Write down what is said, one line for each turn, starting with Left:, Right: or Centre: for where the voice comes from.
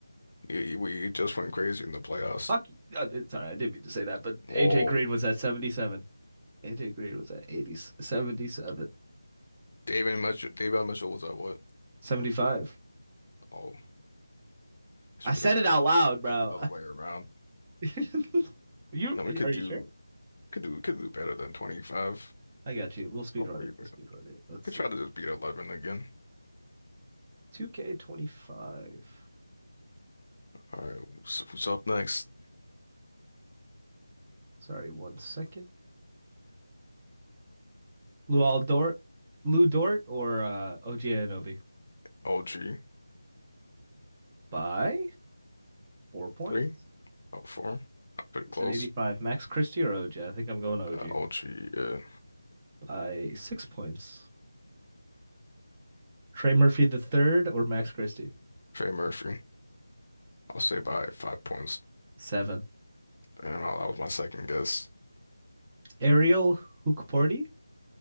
Left: He, he- we just went crazy in the playoffs.
Right: Fuck. you. Uh, sorry, I didn't mean to say that, but
Left: Whoa.
Right: AJ Green was at 77. AJ Green was at 80, 77,
Left: Davion Mitchell, Davion Mitchell was at what?
Right: seventy-five.
Left: Oh, it should
Right: I said
Left: be the other
Right: it
Left: way
Right: out
Left: around.
Right: loud, bro.
Left: It should be the other way around.
Right: <laughs> You
Left: Now we could
Right: are you
Left: do.
Right: sure?
Left: Could do, could do better than 25.
Right: I got you. We'll speed
Left: Don't
Right: run
Left: worry
Right: it.
Left: about
Right: We'll speed
Left: it.
Right: run it. Let's
Left: Could
Right: see.
Left: try to just beat 11 again.
Right: 2K25.
Left: All right, who's, who's up next?
Right: Sorry, one second. Luol Dort, Lou Dort or uh OG Anunoby
Left: OG
Right: by four points.
Left: 3, oh, 4. Pretty
Right: He's
Left: close.
Right: an 85. Max Christie or OG? I think I'm going OG
Left: Uh, OG, uh,
Right: by six points. Trey Murphy the third or Max Christie?
Left: Trey Murphy. I'll say by five points.
Right: Seven.
Left: And I, that was my second guess.
Right: Ariel Hookporty?